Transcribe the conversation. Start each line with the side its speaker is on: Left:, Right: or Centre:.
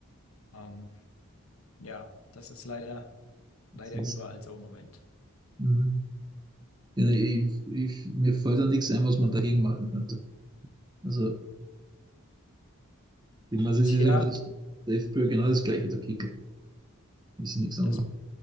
Left: Ähm, ja, das ist leider,
Right: Das
Left: leider
Right: ist,
Left: überall so im Moment.
Right: mhm. Ja, ne, ich, ich, mir fällt da nichts ein, was man dagegen machen könnte. Also, ich meine, es ist
Left: Tja.
Right: ja in Österreich, der FPÖ genau das gleiche, der Kickel. Ist ja nichts anderes.
Left: Das,